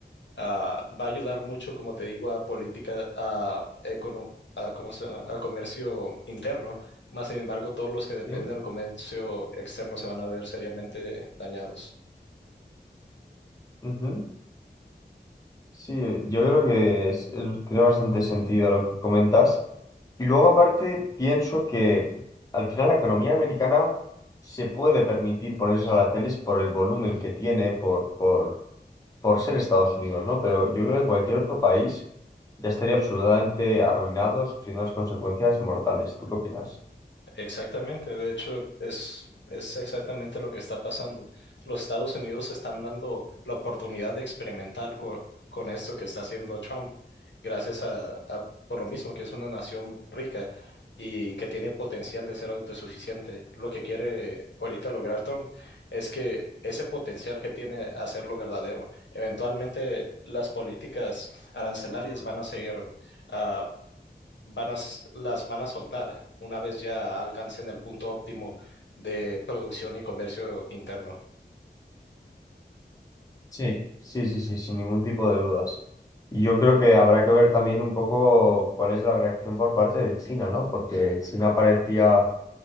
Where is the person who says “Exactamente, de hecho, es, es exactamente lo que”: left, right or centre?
Left